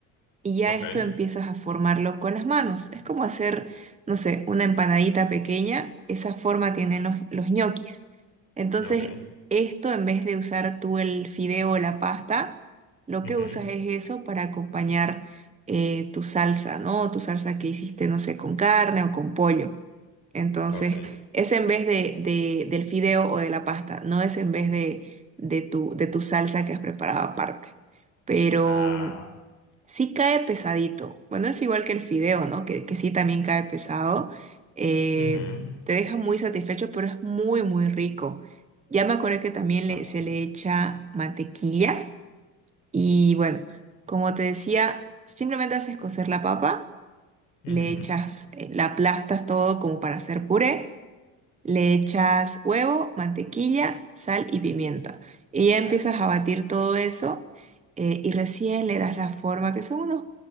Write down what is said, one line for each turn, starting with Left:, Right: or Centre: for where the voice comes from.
Right: y ya
Left: Ok,
Right: esto empiezas a formarlo con las manos. Es como hacer, no sé, una empanadita pequeña, esa forma tienen los, los ñoquis. Entonces,
Left: ok,
Right: esto en vez de usar tú el fideo o la pasta, lo
Left: ujú,
Right: que usas es eso para acompañar eh, tu salsa, ¿no? Tu salsa que hiciste, no sé, con carne o con pollo. Entonces,
Left: ok.
Right: es en vez de, de- del fideo o de la pasta, no es en vez de, de tu, de tu salsa que has preparado aparte. Pero
Left: Ah,
Right: Sí cae pesadito. Bueno, es igual que el fideo, ¿no? Que, que sí también cae pesado. Eh,
Left: ujú,
Right: te deja muy satisfecho, pero es muy, muy rico. Ya me acordé que también
Left: ok,
Right: le- se le echa mantequilla. Y bueno, como te decía, simplemente haces cocer la papa,
Left: ujú,
Right: le echas, eh, la aplastas todo como para hacer puré. Le echas huevo, mantequilla, sal y pimienta. Y ya empiezas a batir todo eso eh, y recién le das la forma, que son unos